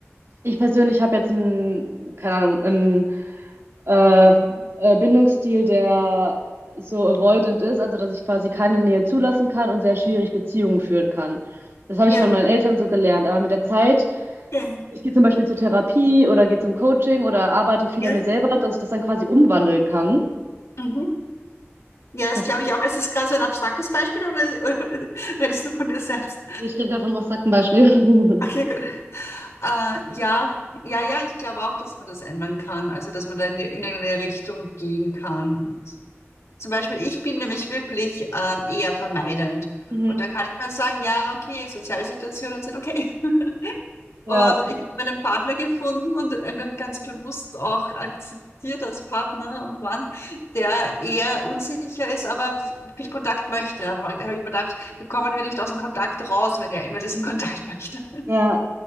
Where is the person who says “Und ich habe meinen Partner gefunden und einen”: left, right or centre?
Left